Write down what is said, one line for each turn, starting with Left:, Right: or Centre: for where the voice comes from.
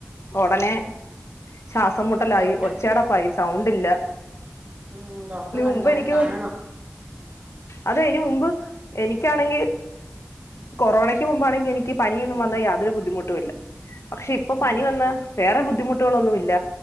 Left: ഉടനെ ശ്വാസം മുട്ടലായി
Right: ഡോക്ടർ
Left: ഒച്ചടപ്പായി സൗണ്ടല്ല
Right: ഉം ഡോക്ടറെ
Left: ഇതിന്
Right: കണ്ടാ
Left: മുമ്പ് എനിക്ക്
Right: കാണണം
Left: അത് അയ്ന് മുമ്പ് എനിക്കാണെങ്കിൽ കൊറോണക്ക് മുമ്പാണെങ്കിൽ എനിക്ക് പനിയൊന്നും വന്നാൽ യാതൊരു ബുദ്ധിമുട്ടും ഇല്ല പക്ഷെ ഇപ്പൊ പനി
Right: ഉം
Left: വന്ന് വേറെ ബുദ്ധിമുട്ടുകളൊന്നുമില്ല